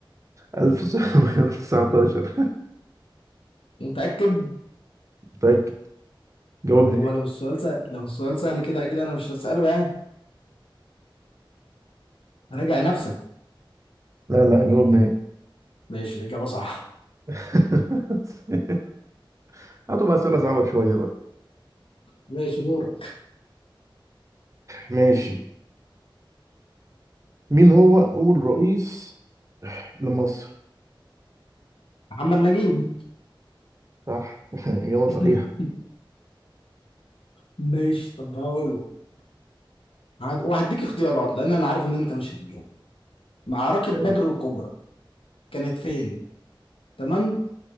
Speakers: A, on the right; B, on the left.
A: 1919
B: <laughs> متأكد
A: متأكد جاوبني
B: هو لو السؤال سهل لو السؤال سهل كده اكيد انا مش هسأله يعني راجع نفسك
A: لا لا جاوبني
B: ماشي الإجابة صح
A: <laughs> هاتوا بقى أسئلة صعبة شوية بقى
B: ماشي دورك
A: ماشي مين هو أول رئيس لمصر؟
B: محمد نجيب
A: صح <laughs> إجابة صحيحة
B: <laughs> ماشي طب هقول له هد- وهديك اختيارات لان انا عارف ان انت مش هتجاوب معركة
A: ماشي
B: بدر الكبرى كانت فين تمام